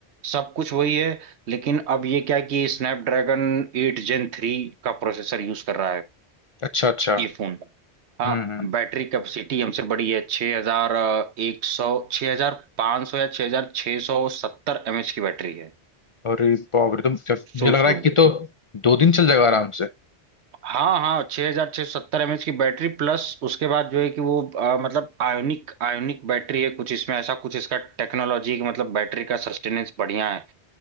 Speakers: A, on the right; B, on the left.
A: सब कुछ वही है लेकिन अब ये क्या है कि स्नैपड्रैगन एट जेन थ्री का प्रोसेसर यूज कर रहा है
B: अच्छा अच्छा
A: ये फोन हाँ
B: हम्म हम्म,
A: बैटरी कैपेसिटी हमसे बड़ी है 6100 हजार सौ छः हज़ार पाँच सौ या 6670 हजार एमएच की बैटरी है
B: अरे बाप रे तो मुझे
A: सोच
B: लग रहा है
A: लो
B: कि तो दो दिन चल जाएगा आराम से
A: हाँ हाँ छः हजार छः सौ सत्तर एमएच की बैटरी प्लस उसके बाद जो है कि वो अ, मतलब आयोनिक आयोनिक बैटरी है कुछ इसमें ऐसा कुछ इसका टेक्नोलॉजी कि मतलब बैटरी का सस्टेनेंस बढ़िया है